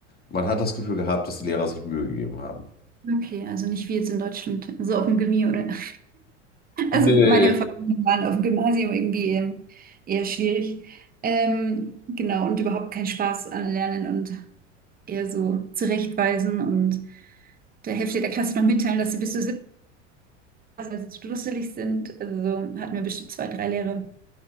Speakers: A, on the left (about 25°); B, on the right (about 25°).
A: man hat das Gefühl gehabt, dass die Lehrer sich Mühe gegeben haben.
B: okay, also nicht wie jetzt in Deutschland, so auf dem Gimmi oder. <laughs>
A: Nee.
B: Also meine Erfahrungen waren auf dem Gymnasium irgendwie ähm, eher schwierig. Ähm, genau, und überhaupt keinen Spaß an Lernen und eher so zurechtweisen und der Hälfte der Klasse noch mitteilen, dass sie bis zur siebten Klasse dusselig sind. Also so hatten wir bestimmt zwei, drei Lehrer,